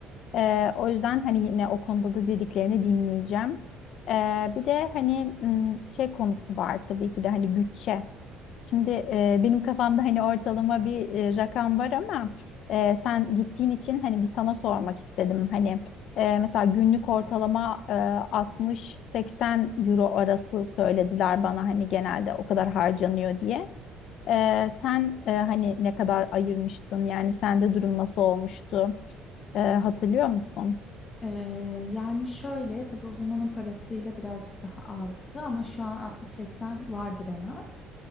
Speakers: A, on the left (about 55°); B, on the left (about 25°).
A: Ee, o yüzden hani yine o konuda da dediklerini dinleyeceğim. Ee, bir de hani mm, şey konusu var tabii ki de hani bütçe. Şimdi e, benim kafamda hani ortalama bir e, rakam var ama e, sen gittiğin için hani bir sana sormak istedim. Hani e, mesela günlük ortalama e, 60-80 euro arası söylediler bana hani genelde o kadar harcanıyor diye. E, sen e, hani ne kadar ayırmıştın yani sende durum nasıl olmuştu E, hatırlıyor musun?
B: Ee, yani şöyle tabii o zamanın parasıyla birazcık daha azdı ama şu an 60-80 vardır en az.